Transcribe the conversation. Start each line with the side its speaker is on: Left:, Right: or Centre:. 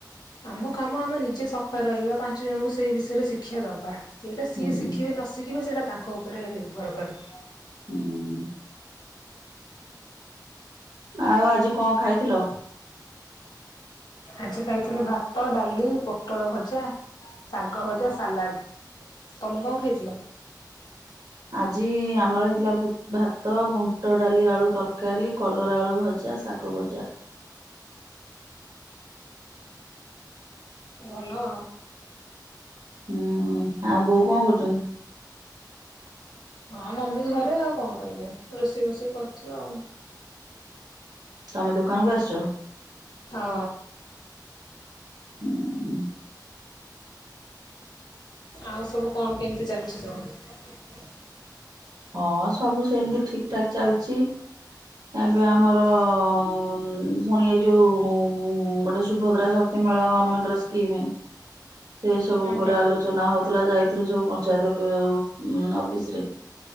Left: ଆମ କାମ ଆମେ ନିଜେ ସଫା ରହିବା ପାଞ୍ଚ ଜଣଙ୍କୁ ସେଇ ବିଷୟରେ ଶିକ୍ଷା ଦବା। ସେଇଟା ସିଏ
Right: ହୁଁ।
Left: ଶିଖିବେ ନ ଶିଖିବେ ସେଇଟା ତାଙ୍କ ଉପରେ ନିର୍ଭର କରେ।
Right: ହୁଁ ଆଉ ଆଜି କଣ ଖାଇଥିଲ?
Left: ଆଜି ଖାଇଥିଲି ଭାତ ଡାଲି ପୋଟଳ ଭଜା! ସାଙ୍ଗ ଭଜା ସାଲାଡ। ତମେ କଣ ଖାଇଥିଲ?
Right: ଆଜି ଆମର ହେଇଥିଲା ଭୁତ ଭାତ ବୁଣ୍ଟ ଡାଲି ଆଳୁ ତରକାରୀ କଲରା ଆଳୁ ଭଜା ଶାଗ ବଜା।
Left: ଭଲ!
Right: ହୁଁ ଆଉ ବୋଉ କଣ କରୁଛନ୍ତି?
Left: ହଁ ମମି ଘରେ ଆଉ କଣ କରିବେ ରୋଷେଇ ବଷେଇ କରୁଥିବେ ଆଉ!
Right: ତମେ ଦୋକାନକୁ ଆସିଛ?
Left: ହଁ!
Right: ହୁଁ!
Left: ଆଉ ସବୁ କଣ କେମିତି ଚାଲିଛି ସବୁ?
Right: ହଁ ସବୁ ସେମତି ଠିକ ଠାକ ଚାଲିଛି। ଏବେ ଆମର ଅ ପୁଣି ଏଇ ଯୋଉ ଉଁ ଗୋଟେ ସୁଭଦ୍ରା ସ ମଳା ଗମେଣ୍ଟର ସ୍କିମ ସେସବୁ
Left: ଓହୋ।
Right: ଉପରେ ଆଲୋଚନା ହଉ ଥିଲା ଯାଇଥିଲୁ ସବୁ ପଞ୍ଚାୟତ ଅ-ଅଫିସରେ